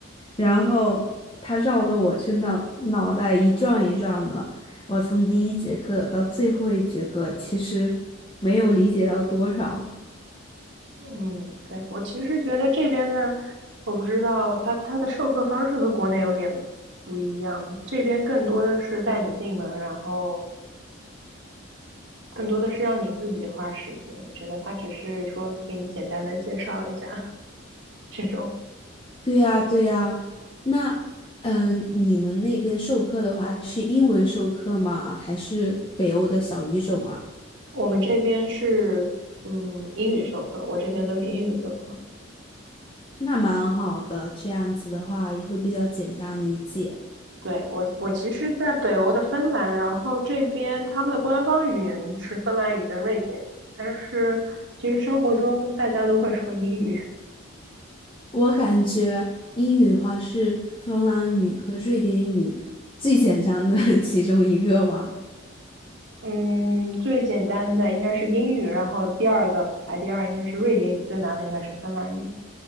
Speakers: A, on the left (about 25°); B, on the right (about 60°).
A: 然后他绕的我真的脑袋一转一转的。我从第一节课到最后一节课，其实没有理解到多少。
B: 嗯，对，我其实觉得这边呢，我不知道它它的授课方式和国内有点不一样，这边更多的是带你进门，然后。更多的是让你自己花时间。我觉得他只是说给你简单的介绍一下 <laughs> 这种。
A: 对呀，对呀。那，嗯、你们那边授课的话是英文授课吗？还是北欧的小语种啊？
B: 我们这边是嗯英语授课，我这边都是英语授课。
A: 那蛮好的，这样子的话也会比较简单理解。
B: 对，我，我其实，在北欧的芬兰，然后这边他们的官方语言是芬兰语跟瑞典语，但是其实生活中大家都会说英语。
A: 我感觉英语的话是芬兰语和瑞典语最简单的 <laughs> 其中一个吧。
B: 嗯，最简单的应该是英语，然后第二个排第二应该是瑞典语，最难的应该是芬兰语。